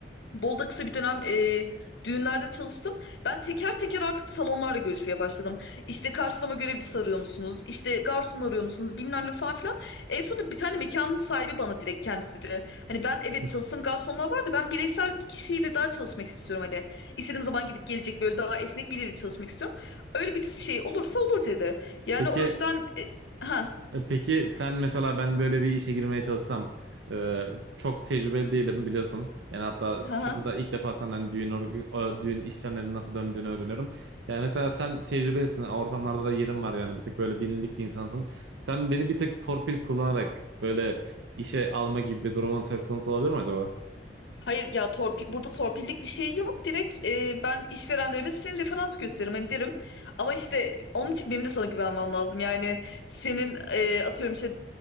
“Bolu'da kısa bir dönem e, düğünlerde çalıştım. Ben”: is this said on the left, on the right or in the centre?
Left